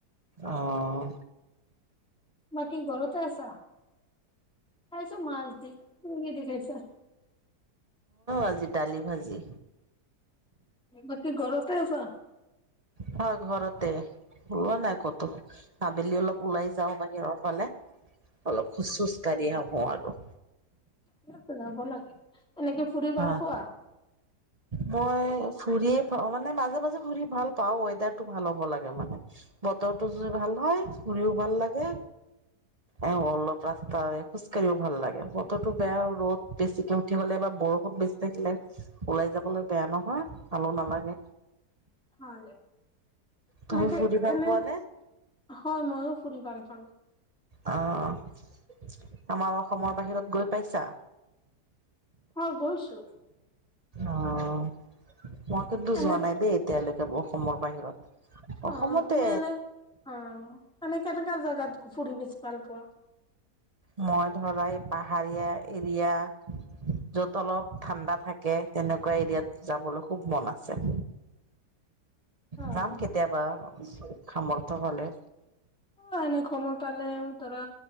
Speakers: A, on the right (about 30°); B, in the centre.
A: অহ
B: বাকি ঘৰতে আছা খাইছো মাছ দি <unintelligible>
A: আজি দালি ভাজি
B: বাকি ঘৰতে আচা।
A: হয় ঘৰতে ওলোৱা নাই ক'তো আবেলি অলপ ওলাই যাওঁ বাহিৰৰ ফালে। অলপ খোজ চোজ কাঢ়ি আহোঁ আৰু।
B: ইয়াক ওলাব লাগে। এনেকে ফুৰি ভাল
A: অ'
B: পোৱা?
A: মই ফুৰিযে। অ মানে মাজে মাজে ফুৰি ভাল পাওঁ ৱেডাৰটো ভাল হ'ব লাগে মানে বতৰটো যদি ভাল হয় ঘুৰিও ভাল লাগে। এ অলপ ৰাস্তা খোজ কঢ়িও ভাল লাগে বতৰটো বেয়া ৰ'দ বেছিকে উঠি হ'লে এবাৰ বৰষূণ, বহুত বেছি থাকিলে ওলাই যাবলৈ বেয়া নহয় ভালো নালাগে।
B: হয় দে।
A: তুমি
B: এনেকে
A: ফুৰি ভাল
B: এনে
A: পোৱা নে
B: হয় ময়ো ফুৰি ভাল পাওঁ।
A: অহ, আমাৰ অসমৰ বাহিৰত গৈ পাইছা?
B: হয় গৈছো।
A: অ' মই কিন্তু
B: এনে
A: যোৱা নাই দেই এতিয়ালৈকে অসমৰ বাহিৰত অসমতে
B: অ' তুমি এনে অ' কেণেকা-কেনেকা জেগাত ফুৰি বেছি ভাল পোৱা?
A: মই ধৰা এই পাহাৰীয়া এৰিয়া। যত অলপ ঠাণ্ডা থাকে তেনেকুৱা এৰিয়াত যাবলৈ খুব মন আছে।
B: অ'
A: যাম কেতিয়াবা সামৰ্থ হলে।
B: অ' এনে সময় পালে ধৰা